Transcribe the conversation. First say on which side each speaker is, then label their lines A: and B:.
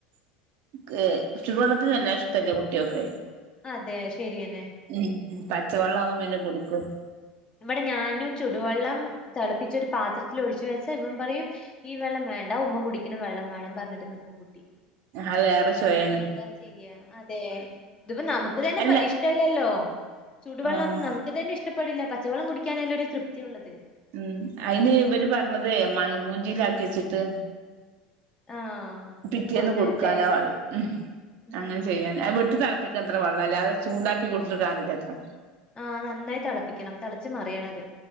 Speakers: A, on the right; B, on the left.
A: -ക് ചുടുവെള്ളത്തിന് വല്ലാതെ ഇഷ്ടല്ല കുട്ട്യോക്ക്
B: അതെ ശരിയെന്നെ
A: മ് പച്ചവെള്ളാവുമ്പോ പിന്നെ കുടിക്കും
B: ഇവടെ ഞാനും ചുടുവെള്ളം തെളപ്പിച്ച് ഒരു പാത്രത്തിൽ ഒഴിച്ച് വെച്ചാ ഇവൻ പറയും ഈ വെള്ളം വേണ്ട ഉമ്മ കുടിക്ക്ണെ വെള്ളം വേണം പറഞ്ഞ്ട്ട് ന്ക്കും കുട്ടി
A: അത് വേറെ ചൊയാണ്
B: നമ്മെന്താ ചെയ്യ അതെ ഇതിപ്പോ നമ്ക്ക് തന്നെ
A: അല്ല
B: പ്പാ ഇഷ് -ട്ടല്ലല്ലോ ചുടുവെള്ളം
A: ആഹ്
B: നമ്ക്ക് തന്നെ ഇഷ്ടപ്പെടില്ല പച്ചവെള്ളം കുടിക്കാനല്ലേ ഒരു തൃപ്തി ഉള്ളത്
A: മ് അയ്ന് ഇവര് പറഞ്ഞത് മൺകൂഞ്ചിലാക്കി വെച്ച്ട്ട്
B: ആഹ്
A: പിറ്റേന്ന്
B: കൊടുക്കാൻല്ലേ
A: കൊടുക്കാനാ വള്ളം മ്
B: ഉം
A: അങ്ങനെ ചെയ്യാൻ <unintelligible> അത് വീട്ട്ത്ത <unintelligible> അത്ര വെള്ളല്ലേ ചൂണ്ടാക്കി കൊട്ത്ത്ട്ട് കാര്യല്ലത്രെ
B: ആഹ് നന്നായി തെളപ്പിക്കണം തെളച്ച് മറിയണത്